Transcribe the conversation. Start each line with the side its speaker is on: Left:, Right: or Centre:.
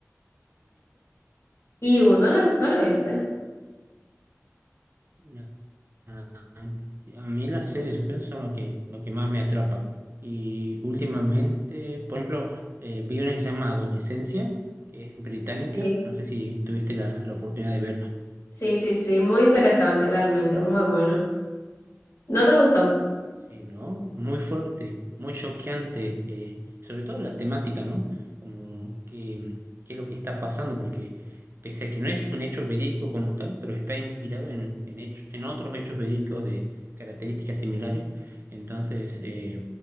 Left: Y uno la, no la viste.
Right: es Ah, A mí las series de suspenso son lo que, lo que más me atrapan. Y últimamente, por ejemplo, eh, vi una que se llama Adolescencia, que es británica.
Left: Sí.
Right: No sé si tuviste la, la oportunidad de verla.
Left: Sí, sí, sí, muy interesante realmente, muy bueno. ¿No te gustó?
Right: Sí, ¿no? Muy fuerte, muy choqueante, eh, sobre todo la temática, ¿no? Como que, qué es lo que está pasando, porque pese a que no es un hecho verídico como tal, pero está inspirado en, en, hecho- en otros hechos verídicos de características similares. Entonces, eh,